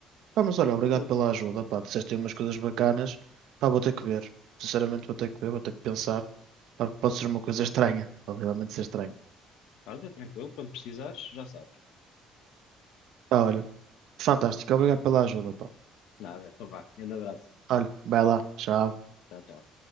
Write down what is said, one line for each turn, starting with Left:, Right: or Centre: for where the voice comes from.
Right: Pá, mas olha, obrigado
Left: Pô,
Right: pela ajuda, pá, disseste aí umas coisas bacanas, pá, vou ter que ver, sinceramente vou ter que ver, vou ter que pensar, pá, pode ser uma coisa estranha, pode realmente ser estranho.
Left: olha, tranquilo, quando precisares, já sabes.
Right: Pá, olha, fantástico, obrigado pela ajuda, pá.
Left: Nada, então vá. Grande abraço.
Right: Olha, vai lá, tchau.
Left: Tchau, tchau.